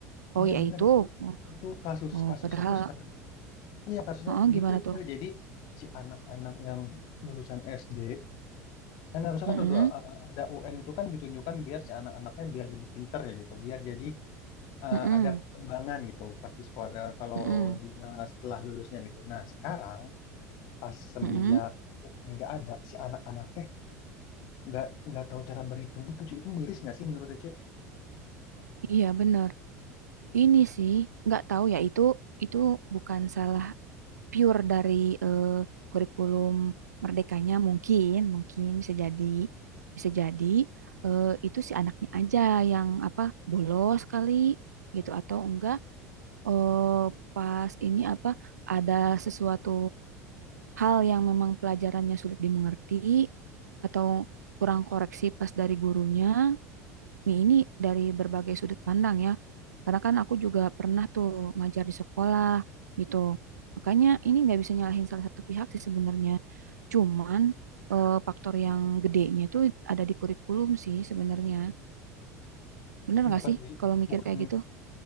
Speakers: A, on the right (about 85°); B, on the left (about 55°).
A: Oh
B: iya
A: iya
B: bener
A: itu.
B: itu.
A: Oh,
B: Itu kasus,
A: oh,
B: kasusnya
A: padahal
B: tuh sekarang, iya kasusnya
A: Heeh, gimana
B: gitu,
A: tuh?
B: Cek. Jadi si anak-anak yang lulusan SD, kan harusnya
A: Mm-mm,
B: kan udah eh, ada UN itu kan ditunjukkan biar si anak-anaknya biar jadi pinter ya gitu, biar jadi eh,
A: mm-mm,
B: ada perkembangan gitu pas di sekolah eh, kalau
A: mm-mm,
B: dia setelah lulusnya gitu. Nah sekarang pas semenjak
A: mm-mm.
B: UN nggak ada si anak-anak teh nggak nggak tahu cara berhitung gitu Ci. Itu miris nggak sih menurut Ece?
A: Iya bener. Ini sih nggak tahu ya itu itu bukan salah pure dari eh, kurikulum merdekanya mungkin mungkin bisa jadi bisa jadi eh, itu si anaknya aja yang apa bolos kali gitu atau enggak eh, pas ini apa ada sesuatu hal yang memang pelajarannya sulit dimengerti atau kurang koreksi pas dari gurunya Nih, ini dari berbagai sudut pandang ya. Karena kan aku juga pernah tuh ngajar di sekolah gitu. Makanya ini nggak bisa nyalahin salah satu pihak sih sebenarnya. Cuman eh, faktor yang gedenya itu ada di kurikulum sih sebenarnya. Bener nggak
B: Bukan
A: sih kalau mikir
B: bukan
A: kayak gitu?